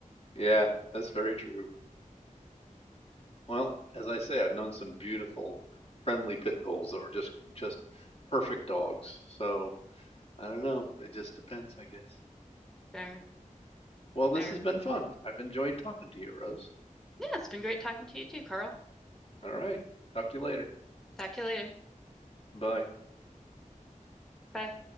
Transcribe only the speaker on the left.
Yeah, that's very true. Well, as I say, I've known some beautiful, friendly pit bulls that were just just perfect dogs. So I don't know. It just depends, I guess.
Well, this
has been fun. I've enjoyed talking to you, Rose.
All right. Talk to you later.
Bye.